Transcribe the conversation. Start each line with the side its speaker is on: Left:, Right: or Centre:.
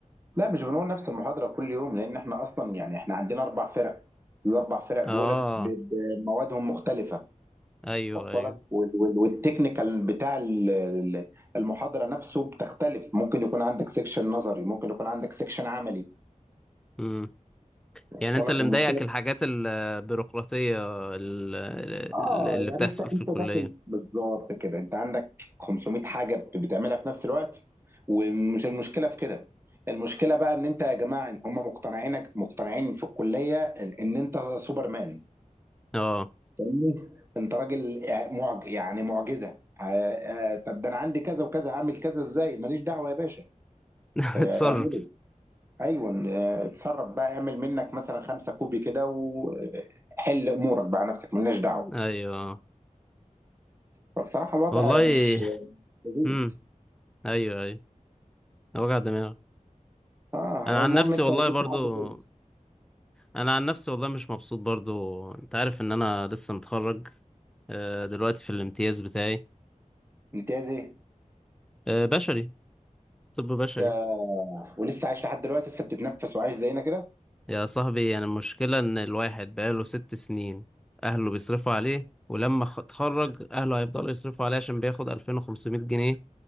Right: لا مش بنقول نفس المحاضره كل يوم لان احنا اصلا يعني احنا عندنا اربع فرق الاربع فرق دولت
Centre: اه
Right: ب- بموادهم مختلفه
Centre: ايوه
Right: وصل
Centre: ايوه
Right: لك وال- وال- والتكنيكال بتاع ال- ال- المحاضره نفسه بتختلف ممكن يكون عندك سيكشن نظري ممكن يكون عندك سيكشن عملي
Centre: امم
Right: وصل
Centre: يعني انت
Right: لك
Centre: اللي
Right: والمشكله
Centre: مضايقك الحاجات البيروقراطية ال- ال-
Right: اه
Centre: اللي
Right: يعني
Centre: بتحصل
Right: انت
Centre: في
Right: انت
Centre: الكلية
Right: داخل بالظبط كده انت عندك 500 حاجه بت- بتعملها في نفس الوقت ومش المشكله في كده المشكله بقى ان انت يا جماعه إن هم مقتنعينك مقتنعين في الكليه ان إن انت سوبرمان
Centre: اه
Right: فاهمني انت راجل آه، معج يعني معجزه آه، آه، طب ده انا عندي كذا وكذا عامل كذا ازاي ماليش دعوه يا باشا
Centre: <laughs>
Right: آه،
Centre: اتصرف
Right: اعمله ايوه آه، اتصرف بقى اعمل منك مثلا خمسة كوبي كده وحل امورك بقى نفسك مالناش دعوه
Centre: ايوه آه.
Right: فبصراحه الوضع
Centre: والله
Right: مش لذيذ
Centre: امم ايوه ايوه وجع دماغ
Right: اه
Centre: انا
Right: هي
Centre: عن
Right: المهم
Centre: نفسي
Right: انت
Centre: والله
Right: وصلت
Centre: برضو
Right: لحد فين
Centre: انا عن نفسي والله مش مبسوط برضو انت عارف ان انا لسه متخرج آه، دلوقتي في الامتياز بتاعي
Right: امتياز ايه
Centre: آه، بشري طب بشري
Right: يا- ولسه عايش لحد دلوقتي لسه بتتنفس وعايش زينا كده
Centre: يا صاحبي انا المشكلة ان الواحد بقاله ست سنين اهله بيصرفوا عليه ولما خ- اتخرج اهله هيفضلوا يصرفوا عليه عشان بياخد 2500 جنيه